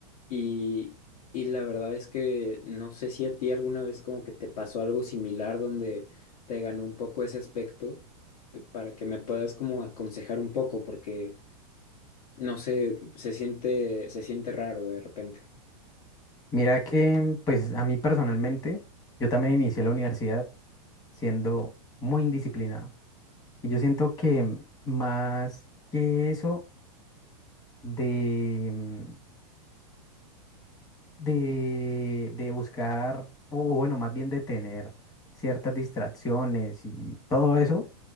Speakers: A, on the left; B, on the left.
A: Y, y la verdad es que no sé si a ti alguna vez como que te pasó algo similar donde te ganó un poco ese aspecto eh, para que me puedas como aconsejar un poco porque no sé, se siente, se siente raro de repente.
B: Mira que pues a mí personalmente, yo también inicié la universidad siendo muy indisciplinado y yo siento que más que eso de, mm, de, de buscar, o bueno, más bien de tener ciertas distracciones y todo eso,